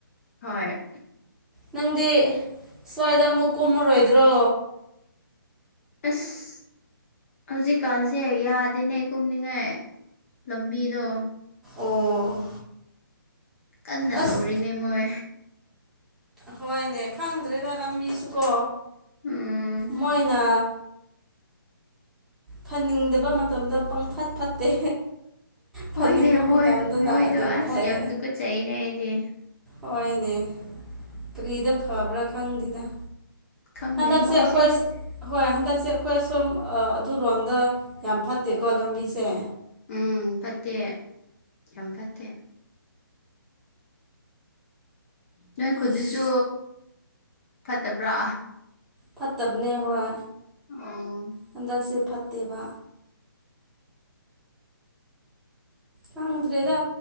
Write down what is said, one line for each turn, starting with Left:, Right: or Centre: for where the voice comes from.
Left: ꯍꯣꯏ
Centre: ꯅꯪꯗꯤ ꯁ꯭ꯋꯥꯏꯗ ꯑꯃꯨꯛ ꯀꯨꯝꯃꯔꯣꯏꯗ꯭ꯔꯣ
Left: ꯑꯁ ꯍꯧꯖꯤꯛꯀꯥꯟꯁꯦ ꯌꯥꯗꯦꯅꯦ ꯀꯨꯝꯅꯤꯡꯉꯥꯏ ꯂꯝꯕꯤꯗꯣ
Centre: ꯑꯣ
Left: ꯀꯟꯅ
Centre: ꯑꯁ
Left: ꯇꯧꯔꯤꯅꯦ ꯃꯣꯏ
Centre: ꯍꯣꯏꯅꯦ ꯈꯪꯗ꯭ꯔꯦꯗ ꯂꯝꯕꯤꯁꯨꯀꯣ
Left: ꯎꯝ
Centre: ꯃꯣꯏꯅ ꯐꯟꯅꯤꯡꯗꯕ ꯃꯇꯝꯗ ꯄꯪꯐꯠ ꯐꯠꯇꯦ ꯐꯟꯅꯤꯡꯕ
Left: ꯍꯣꯏꯅꯦ ꯃꯣꯏ
Centre: ꯃꯇꯝꯗꯅ
Left: ꯃꯣꯏꯗꯣ
Centre: ꯑꯗꯨꯝ
Left: ꯑꯁ
Centre: ꯐꯩ
Left: ꯌꯥꯝ ꯇꯨꯀꯠꯆꯩꯅꯦ ꯑꯩꯗꯤ
Centre: ꯍꯣꯏꯅꯦ ꯀꯔꯤꯗ ꯐꯕ꯭ꯔꯥ ꯈꯪꯗꯦꯗ
Left: ꯈꯪꯗꯦ
Centre: ꯍꯟꯗꯛꯁꯦ
Left: ꯃꯣꯏꯁꯦ
Centre: ꯑꯩꯈꯣꯏ ꯍꯣꯏ ꯍꯟꯗꯛꯁꯦ ꯑꯩꯈꯣꯏ ꯁꯣꯝ ꯑꯗꯨꯔꯣꯝꯗ ꯌꯥꯝ ꯐꯠꯇꯦꯀꯣ ꯂꯝꯕꯤꯁꯦ
Left: ꯎꯝ ꯐꯠꯇꯦ ꯌꯥꯝ ꯐꯠꯇꯦ ꯅꯣꯏ ꯈꯨꯟꯗꯨꯁꯨ
Centre: ꯑꯁ
Left: ꯐꯠꯇꯕ꯭ꯔꯥ
Centre: ꯐꯠꯇꯕꯅꯦ ꯍꯣꯏ
Left: ꯑꯣ
Centre: ꯍꯟꯗꯛꯁꯦ ꯐꯠꯇꯦꯕ ꯈꯪꯗ꯭ꯔꯦꯗ